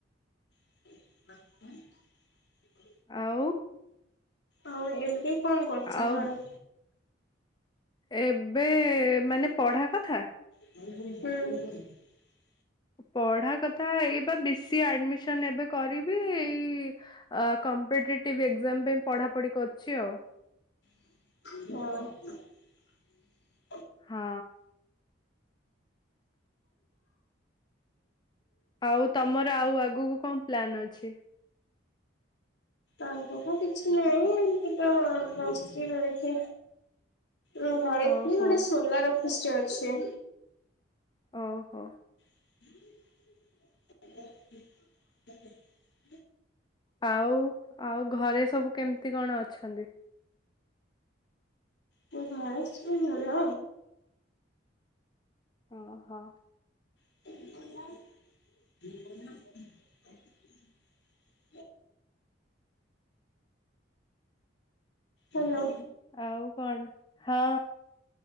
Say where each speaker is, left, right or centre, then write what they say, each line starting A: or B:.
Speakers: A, on the left; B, on the left.
A: <unintelligible>
B: ଆଉ
A: ଆଉ ଏବେ କଣ କରୁଛ
B: ଆଉ
A: ଘରେ?
B: ଏବେ ମାନେ ପଢ଼ା କଥା?
A: ହୁଁ।
B: ପଢ଼ା କଥା ଏଇ ବା ବିି ସି ଆଡମିସ ସନ୍ ଏବେ କରିବି। ଏଇ ଅ, କ୍ମପିଟେଟିଭ୍ ଏକ୍ଜାମ ପାଇଁ ପଢ଼ାପଢ଼ି କରୁଛି ଆଉ।
A: <unintelligible>
B: ହଁ। ଆଉ ତୋମର ଆଉ ଆଗକୁ କଣ ପ୍ଲାନ୍ ଅଛି?
A: ଆଗକୁ କିଛି ନାହିଁ। ଏମିତି ତ ବସଛି ଘରେ ଥ। ମୋ ଘରେ
B: ଓହୋ
A: କି ଗୋଟେ ସୋଲାର ଅଫିସ୍ ଟେ ଅଛି।
B: ଓହୋ!
A: <inaudible>
B: ଆଉ, ଆଉ ଘରେ ସବୁ କେମିତି କଣ ଅଛନ୍ତି?
A: ମୋ ଘରେ ସେମତି ଭଲ।
B: ଓ ହୋ।
A: <inaudible>
B: <inaudible>
A: ହେଲୋ।
B: ଆଉ କଣ? ହଁ